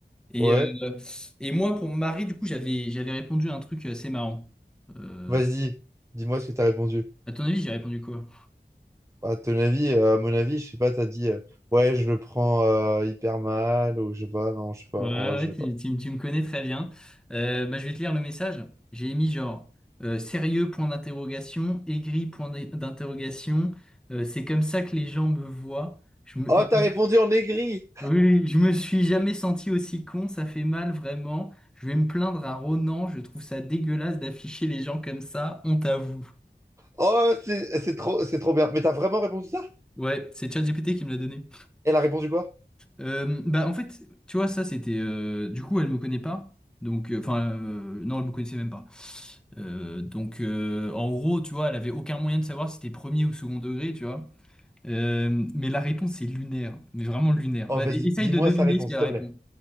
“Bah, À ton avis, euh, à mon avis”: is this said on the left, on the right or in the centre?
Right